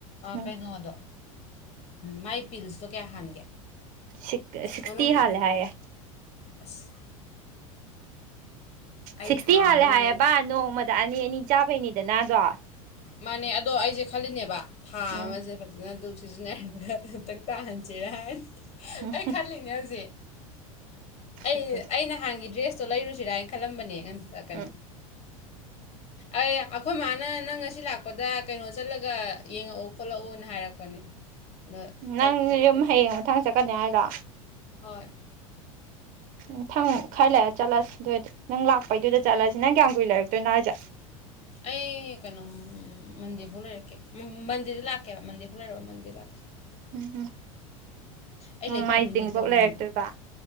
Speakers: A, on the right; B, on the left.
A: ꯎꯝ
B: ꯀꯩꯅꯣꯗꯣ ꯃꯥꯏ ꯄꯤꯜꯁꯇꯣ ꯀꯌꯥ ꯍꯥꯟꯒꯦ
A: ꯁ ꯁꯁꯇ
B: ꯃꯅꯨꯡꯗ
A: ꯍꯜ
B: ꯒꯨꯂꯤ
A: ꯍꯥꯏꯌꯦ
B: ꯑꯁ ꯑꯩ
A: ꯁꯤꯛꯁꯇꯤ
B: ꯊꯥ
A: ꯍꯥꯜꯂꯦ
B: ꯑꯃꯃꯨꯛ
A: ꯍꯥꯏꯌꯦꯕ ꯅꯣꯡꯃꯗ ꯑꯅꯤ ꯑꯅꯤ ꯆꯥꯕꯩꯅꯤꯗꯅꯗꯣ
B: ꯃꯥꯅꯦ ꯑꯗꯣ ꯑꯩꯁꯦ ꯈꯜꯂꯤꯅꯦꯕ ꯊꯥꯦ
A: ꯎꯝ
B: ꯐ ꯁꯤꯁꯤꯅ ꯈꯔ ꯑꯃꯨꯛꯇꯪ ꯇꯥꯍꯟꯁꯤꯦꯔ ꯍꯥꯏꯅ
A: ꯎꯝ
B: ꯑꯩ ꯈꯜꯂꯤꯅꯦ ꯍꯧꯖꯤꯛ
A: ꯁꯛꯇꯨꯒ
B: ꯑꯩ ꯑꯩ ꯅꯍꯥꯟꯒꯤ ꯗ꯭ꯔꯦꯁ ꯑꯣ ꯂꯩꯔꯨꯁꯤꯔꯥ ꯍꯥꯏꯅ ꯈꯜꯂꯝꯕꯅꯦ ꯇ ꯀꯩꯅꯣ
A: ꯎꯝ
B: ꯑꯦ ꯑꯩꯈꯣꯏ ꯃꯥꯅ ꯅꯪ ꯉꯁꯤ ꯂꯥꯛꯄꯗ ꯀꯩꯅꯣ ꯆꯠꯂꯒ ꯌꯦꯡꯉꯛꯑꯣ ꯈꯣꯠꯂꯛꯑꯣꯅ ꯍꯥꯏꯔꯛꯄꯅꯦ ꯑꯗ
A: ꯅꯪ
B: ꯆꯠꯇ꯭ꯔꯦ
A: ꯌꯨꯝ
B: ꯑꯩꯁꯨ
A: ꯍꯌꯦꯡ ꯃꯊꯪ ꯆꯠꯀꯅꯤ ꯍꯥꯏꯔꯣ
B: ꯍꯣꯏ
A: ꯝ ꯊꯪ ꯈꯔ ꯂꯩꯔ ꯆꯠꯂꯁꯤ ꯑꯗꯨꯏ ꯅꯪ ꯂꯥꯛꯄꯩꯗꯨꯗ ꯆꯠꯂꯁꯤ ꯅꯪ ꯀꯌꯥꯝ ꯀꯨꯏ ꯂꯩꯔꯛꯇꯣꯏꯅꯣ ꯍꯥꯏꯁꯦ
B: ꯑꯩ ꯀꯩꯅꯣ ꯃꯟꯗꯦꯐꯥꯎ ꯂꯩꯔꯛꯀꯦ ꯎ ꯃꯟꯗꯦꯗ ꯂꯥꯛꯀꯦꯕ ꯃꯟꯗꯦꯐꯥꯎ ꯂꯩꯔꯒ ꯃꯟꯗꯦꯗ ꯂꯥꯛꯀꯦ
A: ꯎꯝ ꯎꯝ
B: ꯑꯩ
A: ꯅꯣꯡꯃꯥꯏꯖꯤꯡꯐꯧ
B: ꯂꯥꯏꯔꯤꯛ ꯄꯥꯗꯣꯏꯅꯤ ꯀꯔꯤꯅꯣ
A: ꯂꯩꯔꯛꯇꯣꯏꯕ